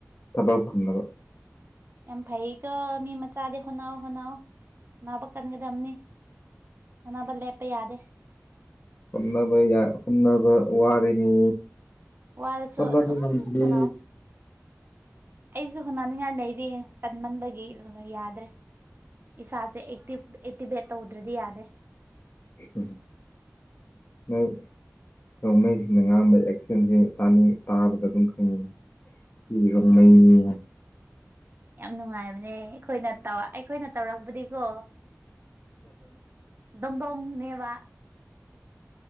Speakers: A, on the left (about 45°); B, on the right (about 45°).
A: ꯇꯕꯛ ꯪꯂꯕ
B: ꯌꯥꯝ ꯐꯍꯤ ꯀ ꯃꯤ ꯃꯆꯥ ꯑꯗꯦ ꯍꯣꯅꯥꯎ ꯍꯅꯥꯎ ꯑꯅꯥꯕ ꯀꯟꯒꯗꯕꯅꯤ ꯑꯅꯥꯕ ꯂꯦꯞꯄ ꯌꯥꯗꯦ
A: ꯍꯟꯅꯕ ꯌꯥ ꯍꯟꯅꯕ ꯋꯥꯔꯅꯤ
B: ꯋꯥꯔꯁꯨ
A: ꯐꯂꯀꯤ
B: ꯑꯗꯨꯝ
A: ꯅꯦ
B: ꯍꯣꯠꯅꯧ ꯑꯩꯁꯨ ꯍꯨꯅꯅꯤꯡꯉꯥꯏ ꯂꯩꯔꯤ ꯇꯟꯃꯟꯕ ꯌꯥꯗ꯭ꯔꯦ ꯏꯁꯥꯁꯦ ꯑꯦꯛꯇꯤꯚꯦꯠ ꯇꯧꯗ꯭ꯔꯗꯤ ꯌꯥꯗꯦ
A: ꯎ ꯍ ꯅꯣꯡꯃꯩꯁꯤꯡꯅ ꯉꯥꯡꯝꯕ ꯑꯦꯛꯁꯦꯟꯁꯥꯅꯤꯡ ꯇꯥꯕꯗ ꯑꯗꯨꯝ ꯈꯪꯉꯤꯤ ꯁꯤ ꯔꯣꯡꯃꯩꯅꯤ
B: ꯎꯝ ꯌꯥꯝ ꯅꯨꯡꯉꯥꯏꯕꯅꯦ ꯑꯩꯈꯣꯏꯅ ꯑꯩꯈꯣꯏꯅ ꯇꯧꯔꯛꯄꯗꯤꯀꯣ ꯗꯝ ꯗꯣꯡ ꯅꯕ